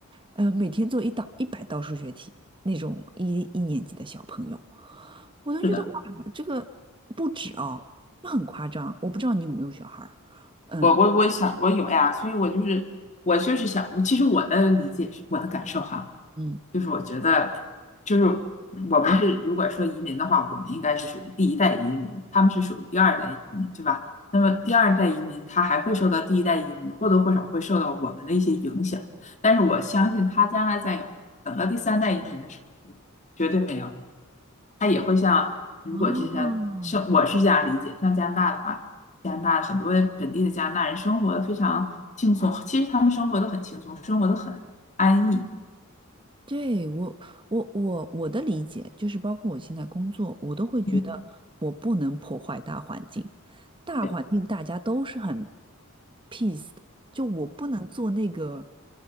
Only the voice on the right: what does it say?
呃，每天做一道一百道数学题，那种一一年级的小朋友，我都觉得哇，
这个不止哦，这很夸张，我不知道你有没有小孩儿，嗯
嗯，
啊。
对，我，我，我，我的理解就是，包括我现在工作，我都会觉得我不能破坏大环境，
大环境大家都是很
peace 的，就我不能做那个